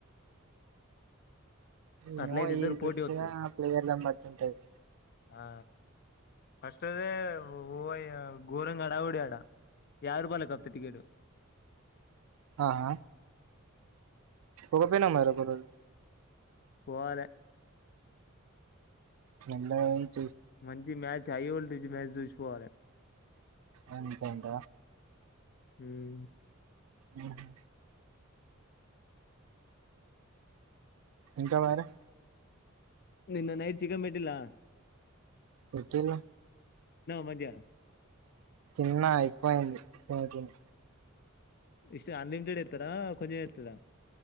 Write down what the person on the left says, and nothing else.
అట్లయితే
ఇద్దరు
పోటీ వత్తది
ఆ ఫస్ట్ దే ఊ అయ్యా గోరంగా హడావుడి ఆడ యాబై రుూపాయలే కాపోతే టికెట్టు
వాలే
మంచి మ్యాచ్ హై వొళ్టెజ్ మ్యాచ్ చూసి పోవాలే
మ్
నిన్న నైట్ చికన్ పెట్టిల్లా
మంచిగా
ఇష్ట అన్లిమిటెడ్ ఇత్తరా కొంజమే ఇత్తారా